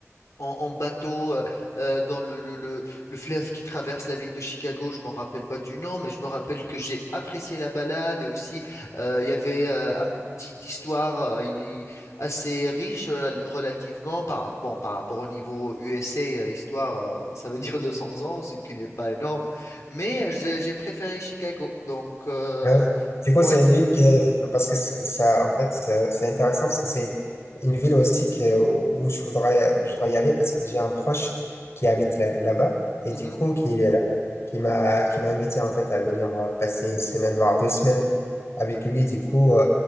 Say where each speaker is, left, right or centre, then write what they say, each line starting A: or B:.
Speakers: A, on the left; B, on the left.
A: en, en bateau euh, euh, dans le, le, le- le fleuve qui traverse la ville de Chicago. Je m'en rappelle pas du nom, mais je me rappelle que j'ai apprécié la balade et aussi euh, il y avait euh, un petite histoire euh, y- assez riche euh, relativement par, rap- bon, par rapport au niveau USA, euh, histoire, euh, ça veut <laughs> dire 200 ans, ce qui n'est pas énorme, mais euh, j'ai j'ai préféré Chicago. Donc, euh,
B: Ah ouais. Du coup,
A: ouais.
B: c'est une ville qui est, parce que ça, ça- en fait, ça- c'est intéressant parce que c'est une, une ville aussi que, où je voudrais, je voudrais y aller parce que j'ai un proche qui habite là- là-bas et
A: Mhm.
B: du coup, qui, euh, qui m'a, qui m'a invité en fait à venir euh, passer une semaine, voire deux semaines avec lui. Du coup, euh,